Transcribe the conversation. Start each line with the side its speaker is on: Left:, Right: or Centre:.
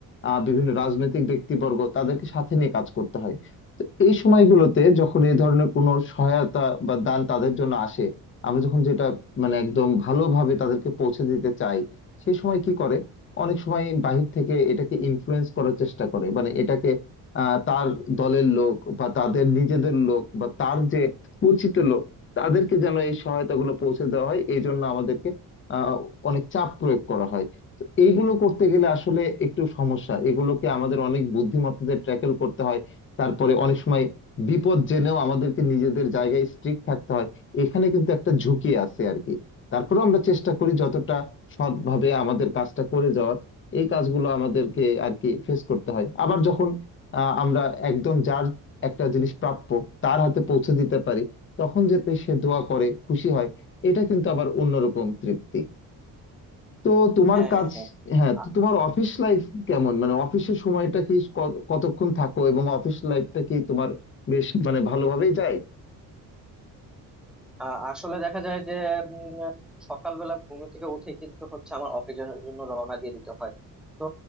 Left: আহ, বিভিন্ন রাজনৈতিক ব্যক্তিবর্গ তাদেরকে সাথে নিয়ে কাজ করতে হয় তো এই সময়গুলোতে যখন এই ধরনের কোনো সহায়তা বা দান তাদের জন্য আসে আমরা যখন যেটা মানে একদম ভালোভাবে তাদেরকে পৌঁছে দিতে চাই সেই সময় কি করে অনেক সময় বাহির থেকে এটাকে ইনফ্লুয়েন্স করার চেষ্টা করে মানে এটাকে আহ, তার দলের লোক বা তাদের নিজেদের লোক বা তার যে পরিচিত লোক তাদেরকে যেন এই সহায়তাগুলো পৌঁছে দেওয়া হয় এই জন্য আমাদেরকে আহ, অনেক চাপ প্রয়োগ করা হয় তো এইগুলো করতে গেলে আসলে একটু সমস্যা এগুলোকে আমাদের অনেক বুদ্ধিমত্তাদের ট্যাকেল করতে হয় তারপরে অনেক সময় বিপদ জেনেও আমাদেরকে নিজেদের জায়গায় স্ট্রিক্ট থাকতে হয় এখানে কিন্তু একটা ঝুঁকি আছে আর কি তারপরেও আমরা চেষ্টা করি যতটা সৎভাবে আমাদের কাজটা করে যাওয়ার এই কাজগুলো আমাদেরকে আর কি ফেস করতে হয় আবার যখন আহ, আমরা একদম যার একটা জিনিস প্রাপ্য তার হাতে পৌঁছে দিতে পারি তখন যাতে সে দোয়া করে খুশি হয় এটা কিন্তু আবার অন্যরকম তৃপ্তি তো তোমার
Centre: হ্যাঁ
Left: কাজ
Centre: হ্যাঁ হ্যাঁ
Left: হ্যাঁ তো
Centre: আ-
Left: তোমার অফিস লাইফ কেমন মানে অফিসের সময়টা কি ক- কতক্ষণ থাকো এবং অফিস লাইফটা কি তোমার বেশ মানে ভালোভাবেই যায়
Centre: আ- আসলে দেখা যায় যে উম, সকালবেলা ঘুম থেকে উঠে কিন্তু হচ্ছে আমার অফিসের জন্য রওনা দিয়ে দিতে হয় তো